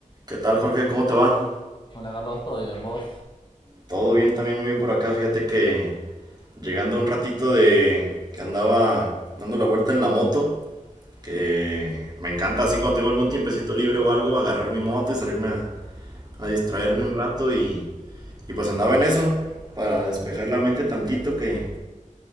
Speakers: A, on the right; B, on the left.
A: ¿Qué tal, Jorge? ¿Cómo te va?
B: Hola Carlos, ¿todo bien vos?
A: Todo bien, también muy bien por acá. Fíjate que llegando un ratito de que andaba dando la vuelta en la moto, que me encanta así cuando tengo algún tiempecito libre o algo, agarrar mi moto y salirme a, a distraerme un rato y, y pues andaba en eso para despejar la mente tantito que,